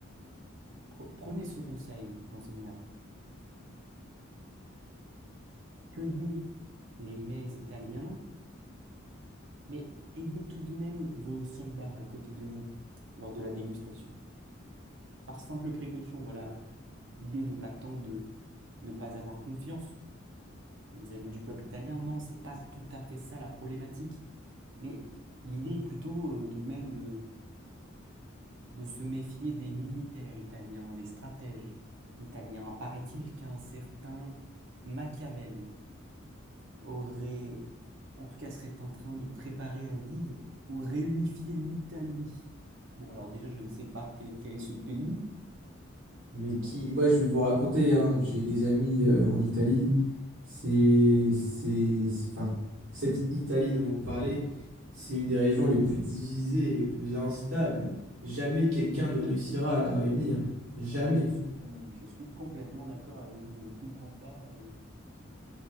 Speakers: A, on the right; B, on the right.
A: pre- prenez ce conseil, monseigneur. Cueillez les mets italiens, mais ayez tout de même vos soldats à côté de vous lors de la dégustation. Par simple précaution, voilà. L'idée n'est pas tant de ne pas avoir confiance vis-à-vis du peuple italien. Non, c'est pas tout à fait ça la problématique. Mais l'idée est plutôt euh, tout de même de de se méfier des militaires italiens, des stratèges italiens. Paraît-il qu'un certain Machiavel aurait, en tout cas serait en train de préparer un guide pour réunifier l'Italie. Bon, alors déjà, je ne sais pas quel, quel est ce pays, Mm,
B: Mais qui, moi, je vais vous raconter, hein, j'ai des amis euh, en Italie. C'est, c'est, c'est- enfin, cette Italie dont vous parlez, c'est une des régions les plus divisées et les plus instables. Jamais quelqu'un ne réussira à la réunir. Jamais.
A: eh, mais je suis, je suis complètement d'accord avec vous. Je ne comprends pas euh,